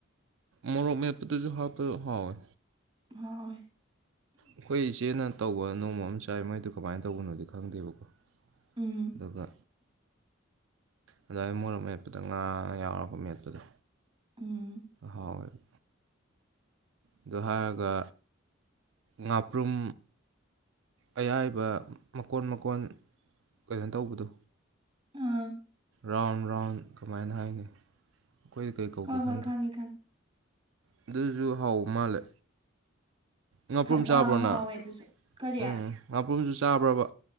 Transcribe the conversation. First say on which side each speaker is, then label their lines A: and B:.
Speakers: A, on the right; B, on the right.
A: ꯃꯣꯔꯣꯛ ꯃꯦꯞꯄꯗꯁꯨ ꯍꯥꯞꯄ ꯍꯥꯎꯋꯦ
B: ꯍꯥꯎꯋꯦ
A: ꯑꯈꯣꯏ ꯏꯆꯦꯅ ꯇꯧꯕ ꯅꯣꯡꯃ ꯑꯃ ꯆꯥꯏ ꯃꯥꯏꯗꯨ ꯀꯃꯥꯏꯅ ꯇꯧꯕꯅꯣꯗꯤ ꯈꯪꯗꯦꯕꯀꯣ
B: ꯎꯝ
A: ꯑꯗꯨꯒ ꯑꯗꯨꯏꯅ ꯃꯣꯔ ꯃꯦꯠꯄꯗ ꯉꯥ ꯌꯥꯎꯔꯄ ꯃꯦꯠꯄꯗ
B: ꯎꯝ
A: ꯍꯥꯎꯋꯦꯕ ꯑꯗꯨ ꯍꯥꯏꯔꯒ ꯉꯥꯄ꯭ꯔꯨꯝ ꯑꯌꯥꯏꯕ ꯃꯀꯣꯟ ꯃꯀꯣꯟ ꯀꯩꯅꯣ ꯇꯧꯕꯗꯣ
B: ꯑꯥ
A: ꯔꯥꯎꯟ ꯔꯥꯎꯟ ꯀꯃꯥꯏꯅ ꯍꯥꯏꯅꯤ ꯑꯈꯣꯏꯗꯤ ꯀꯩ ꯀꯧꯒꯦ
B: ꯍꯣꯏ ꯍꯣꯏ
A: ꯈꯪꯗꯦ
B: ꯈꯪꯉꯦ
A: ꯨꯑꯗꯨꯖꯨ ꯍꯥꯎꯕ ꯃꯥꯜꯂꯦ
B: ꯈꯪꯉꯦ
A: ꯉꯥꯄ꯭ꯔꯨꯝ ꯆꯥꯕ꯭ꯔꯣ
B: ꯑꯥ ꯍꯥꯎꯋꯦ
A: ꯅꯪ
B: ꯑꯗꯨꯁꯨ ꯀꯔꯤ
A: ꯎꯝ ꯉꯥꯄ꯭ꯔꯨꯝꯁꯨ ꯆꯥꯕ꯭ꯔꯕ